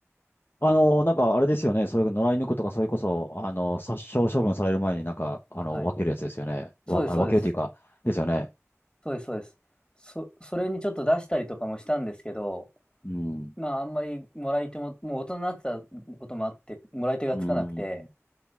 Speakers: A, on the left; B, on the left.
A: あの、なんかあれですよね。そういう野良犬とか、それこそ、あの、殺傷処分される前になんか、あの、
B: はい。
A: 分けるやつですよね。
B: そうです、
A: わ、
B: そうです。
A: あ分けるというか、ですよね。
B: そうです、そうです。そ、それにちょっと出したりとかもしたんですけど、
A: うん。
B: まあ、あんまりもらい手も、もう大人になってたこともあって、もらい手がつかなくて、
A: うん。